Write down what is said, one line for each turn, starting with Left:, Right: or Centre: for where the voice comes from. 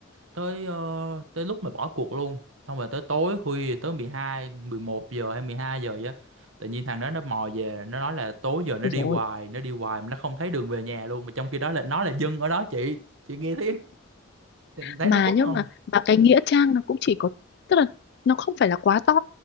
Right: tới ờ, tới lúc mà bỏ cuộc luôn xong rồi tới tối khuya tới mười hai mười một giờ hay 12 giờ vậy á tự nhiên thằng đó nó mò về nó nói là tối giờ nó
Left: ôi
Right: đi
Left: dồi
Right: hoài
Left: ôi.
Right: nó đi hoài mà nó không thấy đường về nhà luôn mà trong khi đó là nó là dân ở đó chị chị nghe thấy thấy
Left: mà
Right: nó mất
Left: nhớ
Right: không
Left: mà mà cái nghĩa trang nó cũng chỉ có tức là nó không phải là quá to